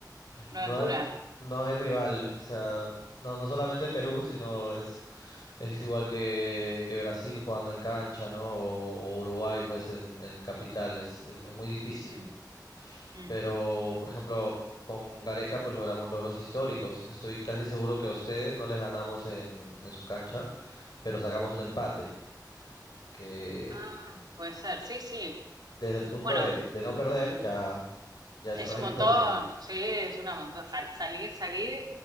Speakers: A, on the right; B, on the left.
A: Floriantura.
B: no hay, no hay rival. O sea, no, no solamente Perú, sino es, es igual que, que Brasil jugando en cancha, ¿no? O, o Uruguay pues en, en capital. Es, es, es muy difícil.
A: Mm, mm.
B: Pero, por ejemplo, con Gareca pues logramos logros históricos. Estoy casi seguro que a ustedes no les ganamos en, en su cancha, pero sacamos un empate. que
A: Ah, puede ser, sí, sí.
B: desde el punto
A: Bueno,
B: de, de no perder, ya, ya es
A: Es
B: una victoria.
A: un montón,
B: o sea.
A: sí, es una montón. Sal- salir, salir